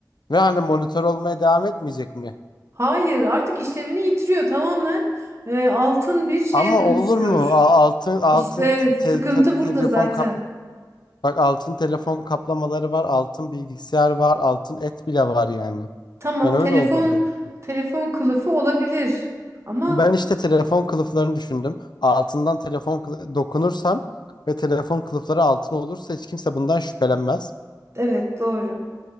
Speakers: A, on the left; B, on the right.
A: Ve hani monitör olmaya devam etmeyecek mi?
B: Hayır, artık işlevini yitiriyor tamamen. Ee, altın bir şeye
A: Ama
B: dönüşüyor.
A: olur mu? A- altın altın
B: İşte sıkıntı
A: te- te-
B: burada
A: telefon
B: zaten.
A: kap bak altın telefon kaplamaları var, altın bilgisayar var, altın et bile var yani.
B: Tamam,
A: Ben öyle
B: telefon
A: olur dedim.
B: telefon kılıfı olabilir. Ama
A: Ben işte telefon kılıflarını düşündüm. Altından telefon kılı- dokunursam ve telefon kılıfları altın olursa hiç kimse bundan şüphelenmez.
B: evet doğru.